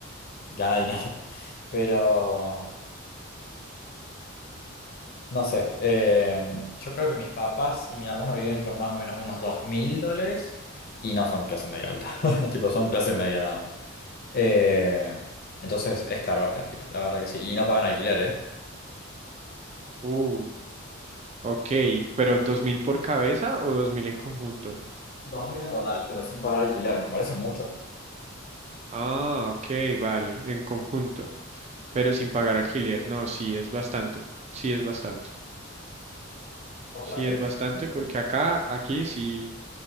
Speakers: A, on the left; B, on the right.
A: gana dinero. <laughs> Pero. No sé, eh, yo creo que mis papás y mi hermano viven con más o menos unos dos mil dólares y no son clase media alta, <laughs> tipo son clase media nada más. Eh, entonces es caro Argentina, la verdad que sí, y no pagan alquiler, ¿eh?
B: Uh, ok, pero 2.000 por cabeza o 2.000 en conjunto?
A: Dos mil en total, pero sin pagar alquiler, me parece mucho.
B: Ah, ok, vale, en conjunto, pero sin pagar alquiler. No, sí, es bastante, sí es bastante.
A: O
B: Sí,
A: sea,
B: es
A: es-
B: bastante porque
A: porque-
B: acá, aquí sí,